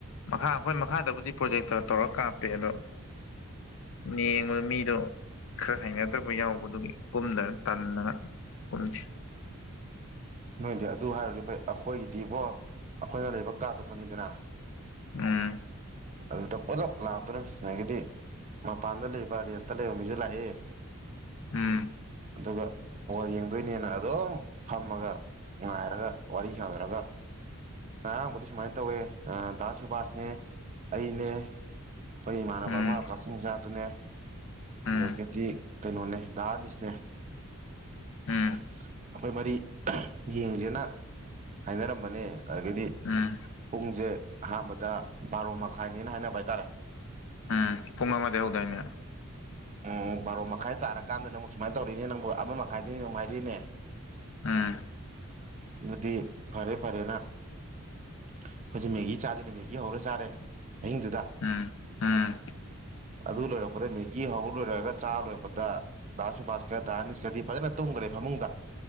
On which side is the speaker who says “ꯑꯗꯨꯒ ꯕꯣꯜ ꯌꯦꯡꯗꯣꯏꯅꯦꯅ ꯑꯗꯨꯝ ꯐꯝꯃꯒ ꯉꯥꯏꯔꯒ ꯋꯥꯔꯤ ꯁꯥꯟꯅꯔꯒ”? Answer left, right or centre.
Right